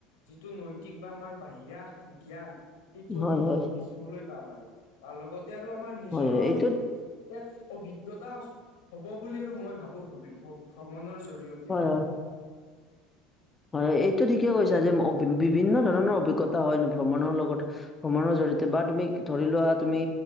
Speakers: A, on the left; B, on the left.
A: যিটো নৈতিক বা আমাৰ বাহিৰা জ্ঞান সেইটো
B: হয়
A: আমি
B: হয়
A: তাত দেখিবলৈ পাম আৰু বা লগতে আৰু আমাৰ
B: হয়
A: নিজৰো
B: হয়
A: আৰু
B: এইটোত
A: এক অভিজ্ঞতা হ'ব বুলি আৰু মই ভাবো ভ্ৰমণৰ জৰিয়তে
B: হয় হয়। হয় এইটো ঠিকে কৈছা যে বিভিন্ন ধৰণৰ অভিজ্ঞতা হয় ভ্ৰমণৰ লগতে ভ্ৰমনৰ জৰিয়তে বা তুমি ধৰি লোৱা তুমি